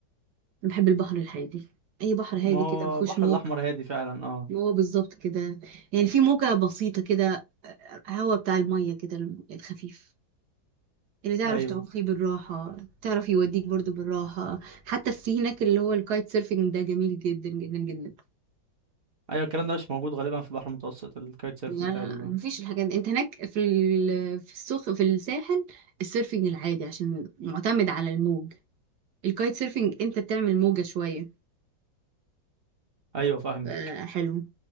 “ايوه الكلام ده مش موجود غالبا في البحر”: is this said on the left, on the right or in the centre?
Right